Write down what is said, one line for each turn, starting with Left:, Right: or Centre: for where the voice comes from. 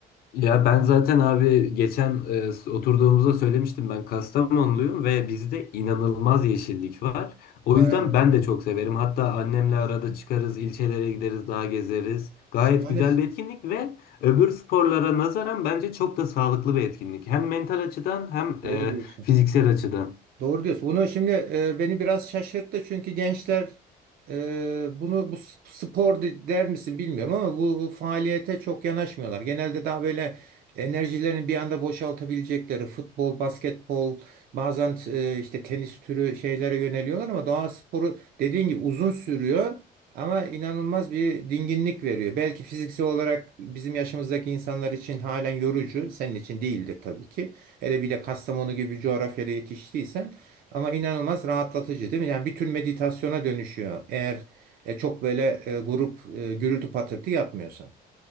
Left: Ya ben zaten abi geçen e, oturduğumuzda söylemiştim ben Kastamonluyum ve bizde inanılmaz yeşillik var. O
Right: Ha,
Left: yüzden ben de çok severim. Hatta annemle
Right: ha.
Left: arada çıkarız, ilçelere gideriz, dağ gezeriz. Gayet
Right: Şahane,
Left: güzel bir etkinlik ve öbür sporlara nazaran bence çok da sağlıklı bir etkinlik. Hem mental açıdan hem
Right: Doğru
Left: e,
Right: diyorsun.
Left: fiziksel açıdan.
Right: Doğru diyorsun. Bunu şimdi e, beni biraz şaşırttı çünkü gençler e, bunu bu s- spor de- der misin bilmiyorum ama bu faaliyete çok yanaşmıyorlar. Genelde daha böyle enerjilerini bir anda boşaltabilecekleri futbol, basketbol, bazen e, işte tenis türü şeylere yöneliyorlar ama doğa sporu dediğin gibi uzun sürüyor ama inanılmaz bir dinginlik veriyor. Belki fiziksel olarak bizim yaşımızdaki insanlar için halen yorucu, senin için değildir tabii ki. Hele bir de Kastamonu gibi bir coğrafyada yetiştiysen ama inanılmaz rahatlatıcı değil mi? Yani bir tür meditasyona dönüşüyor. Eğer e, çok böyle e, grup e, gürültü patırtı yapmıyorsan.